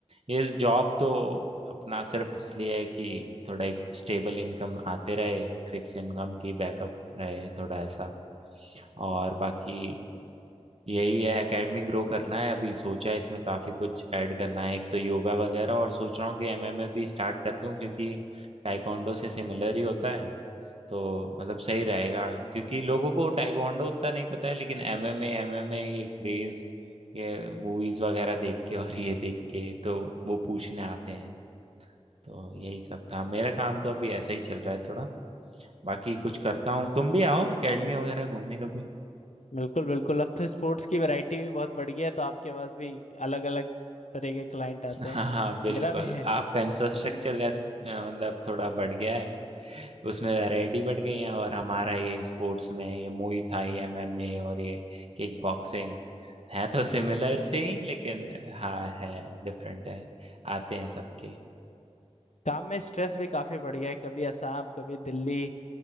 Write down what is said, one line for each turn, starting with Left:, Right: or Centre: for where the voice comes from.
Right: ये जॉब तो अपना सिर्फ इसलिए है कि थोड़ा एक स्टेबल इनकम आते रहे फिक्स इनकम की बैकअप रहे थोड़ा ऐसा और बाकी यही है एकेडमी ग्रो करना है अभी सोचा है इसमें काफी कुछ ऐड करना है एक तो योगा वगैरह और सोच रहा हूँ कि एमएमए भी स्टार्ट कर दूं क्योंकि ताइक्वांडो से सिमिलर ही होता है तो मतलब सही रहेगा क्योंकि लोगों को ताइक्वांडो उतना नहीं पता है लेकिन एमएमए एमएमए ये क्रेज ये मूवीज वगैरह देख के और ये देख के तो वो पूछने आते हैं तो यही सब था मेरा काम तो अभी ऐसा ही चल रहा है थोड़ा बाकी कुछ करता हूँ तुम भी आओ एकेडमी वगैरह घूमने कभी
Left: बिल्कुल बिल्कुल अब तो स्पोर्ट्स की वैरायटी भी बहुत बढ़ गई है तो आपके पास भी अलग अलग तरह के क्लाइंट आते
Right: हाँ
Left: हैं
Right: हाँ बिल्कुल
Left: मेरा भी है
Right: आपका इंफ्रास्ट्रक्चर
Left: हम्म।
Right: का अ, मतलब थोड़ा बढ़ गया है उसमें वैरायटी बढ़ गई है और हमारा ये स्पोर्ट्स में ये मुई थाई एमएमए और ये किक बॉक्सिंग है तो सिमिलर से ही लेकिन हाँ है डिफरेंट है आते हैं सबके
Left: काम में स्ट्रेस भी काफ़ी बढ़ गया है कभी असम कभी दिल्ली